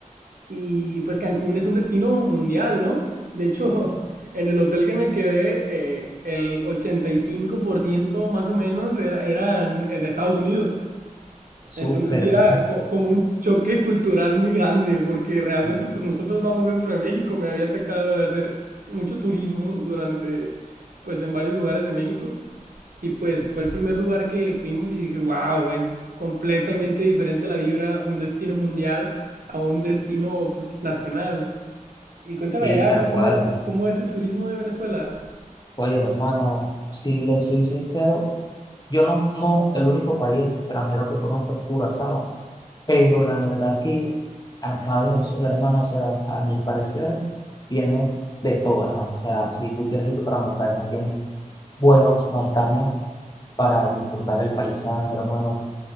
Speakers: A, on the right; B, on the left.
A: y pues Cancún es un destino mundial, ¿no? De hecho, <laughs> en el hotel que me quedé, eh, el 85% más o menos era- eran eh, de Estados Unidos.
B: Súper,
A: Entonces sí era co- como un choque cultural muy grande, porque realmente
B: sí,
A: pues nosotros vamos dentro de México, me había atacado de hacer mucho turismo durante, pues en varios lugares de México, y pues fue el primer lugar que fuimos y dije, wow, es completamente diferente la vibra, un destino mundial a un destino pues nacional. Y cuéntame
B: sí,
A: allá
B: tal
A: ¿cómo,
B: cual.
A: cómo cómo es el turismo de Venezuela?
B: Oye, hermano, si le soy sincero, yo no, no, el único país extranjero que conozco es Curazao, pero la verdad que acá Venezuela, hermano, o sea, a mi parecer, tiene de todo, hermano. O sea, si tú quieres ir para montañas, tienes buenas montañas para disfrutar el paisaje, hermano,